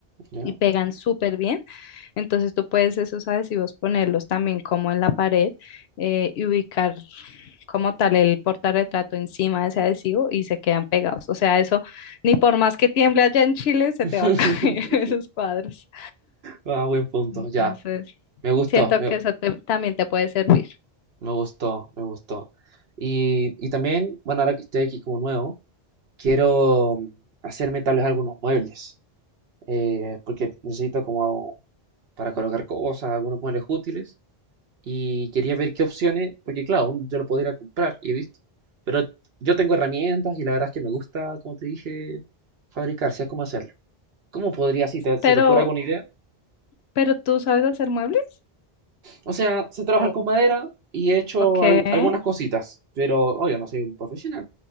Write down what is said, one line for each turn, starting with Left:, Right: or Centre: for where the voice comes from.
Right: ya.
Left: y pegan súper bien. Entonces tú puedes esos adhesivos ponerlos también como en la pared eh, y ubicar como tal el portarretrato encima de ese adhesivo y se quedan pegados. O sea, eso ni por más que tiemble allá en Chile se
Right: <laughs>
Left: te va a <laughs> caer esos cuadros.
Right: Ah, buen punto,
Left: Entonces,
Right: ya. Me gustó,
Left: siento
Right: me,
Left: que eso te- también te puede servir.
Right: me gustó, me gustó. Y, y también, bueno, ahora que estoy aquí como nuevo, Quiero hacerme tal vez algunos muebles, eh, porque necesito como para colocar cosas, algunos muebles útiles. Y quería ver qué opciones, porque claro, yo lo podría comprar y he visto. Pero yo tengo herramientas y la verdad es que me gusta, como te dije, fabricar, sé cómo hacerlo. ¿Cómo podría, si te- se
Left: Pero,
Right: te ocurre alguna idea?
Left: pero ¿tú sabes hacer muebles?
Right: O sea, sé trabajar
Left: Oh,
Right: con madera y he hecho
Left: ok.
Right: algu- algunas cositas, pero obvio, no soy un profesional.